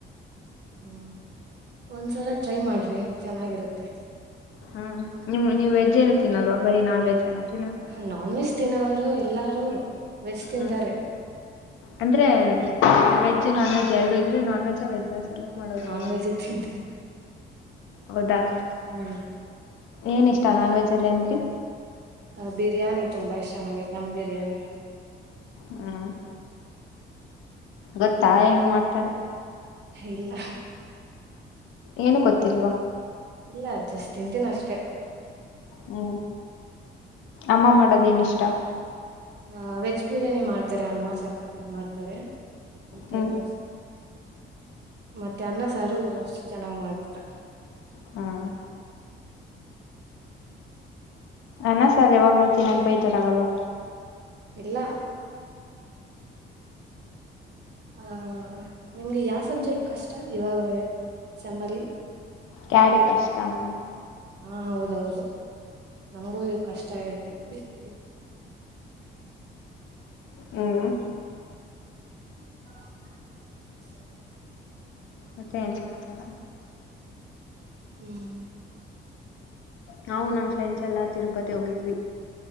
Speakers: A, on the right; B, on the left.
A: ಹ್ಮ್ ಒಂದ್ಸಲ ಟ್ರೈ ಮಾಡ್ರಿ ಚೆನ್ನಾಗಿರುತ್ತೆ
B: ಹ್ಮ್ ನಿಮ್ ನೀವು ವೆಜ್ ಏನು ತಿೀನ್ನಲ್ವಾ ಬರೀ ನಾನ್ ವೆಜ್ ಅನ ತಿನ್ನೋದು
A: ಹ ನಾನ್ ವೆಜ್ ತಿನ್ನಲ ಎಲ್ಲಾರು ವೆಜ್ ತಿಂತಾರೆ
B: ಹ್ಮ ಅಂದ್ರೆ ವೆಜ್ಜ್ ನಾನ್ ವೆಜ್. ಎರಡು ಇದ್ರೆ ನಾನ್ ವೆಜ್ಜ ವೆಜ್ ಸೆಲೆಕ್ಟ್ ಮಾಡೋದು
A: ನಾನ್ ವೆಜ್ೆ ತಿಂತೀನಿ
B: ಹೌದಾ
A: ಹ್ಮ್.
B: ಏನ ಇಷ್ಟ ನಾನ್ ವೆಜ್ ಅಲ್ಲೇ ಅನ್ರಿ
A: ಅ ಬಿರಿಯಾನಿ ತುಂಬಾ ಇಷ್ಟ ನಂಗೆ ದಮ್ ಬಿರಿಯಾನಿ.
B: ಹ್ಮ್ ಗೊತ್ತಾ ಹೆಂಗ್ ಮಾಡ್ತಾರೆ.
A: ಇಲ್ಲ
B: ಏನು ಗೊತ್ತಿಲ್ವಾ
A: ಇಲ್ಲ ಜಸ್ಟ್ ತಿಂತೀನ ಅಷ್ಟೆ
B: ಹ್ಮ್ ಅಮ್ಮ ಮಾಡದ ಏನಿಷ್ಟ
A: ಹ ವೆಜ್ ಬಿರಿಯಾನಿ ಮಾಡ್ತಾರೆ ಅಮ್ಮ ಸಕತ್ತಾಗ ಮಾಡ್ತಾರೆ <unintelligible>
B: ಹ್ಮ್
A: ಮತ್ತೆ ಅನ್ನ ಸಾರು ಚೆನ್ನಾಗ್ ಮಾಡ್ತಾರ
B: ಹ್ಮ್ ಅನಾ ಸರ್ ಯಾವಾಗ್ಲೂ ತಿಿನಕ್ ಬೇಜಾರ ಆಗಲ್ವ
A: ಇಲ್ಲ ಹ ನಿಮ್ಗೆ ಯಾವ ಸಬ್ಜೆಕ್ಟ್ ಕಷ್ಟ ಇವಾಗ ಸೆಮರ್ಲಿ
B: ಕ್ಯಾಡ್ ಕಷ್ಟ ನಮಗೆ
A: ಹಾ ಹೌದೌದು ನಮ್ಗೂ ಈ ಕಷ್ಟ ಹೇಳಿ ಇ
B: ಹ್ಮ್
A: ಹ
B: ಮತ್ತೆ ಏನ್ ಸಮಾಚಾರ
A: ಹ್ಮ್
B: ನಾವು ನಮ ಫ್ರೆಂಡ್ಸ್ ಎಲ್ಲ ತಿರುಪತಿ ಹೋಗಿದ್ವಿ